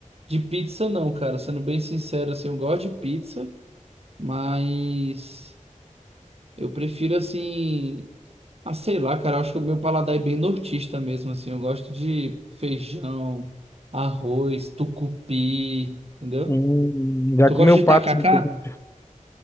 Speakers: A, on the right; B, on the left.
A: de pizza não, cara. Sendo bem sincero, assim, eu gosto de pizza, mas eu prefiro assim, ah, sei lá, cara, eu acho que o meu paladar é bem nortista mesmo, assim. Eu gosto de feijão, arroz, tucupi, entendeu?
B: Hum, já
A: Tu
B: comeu
A: gosta
B: pato
A: de tacacá?
B: no tucupi?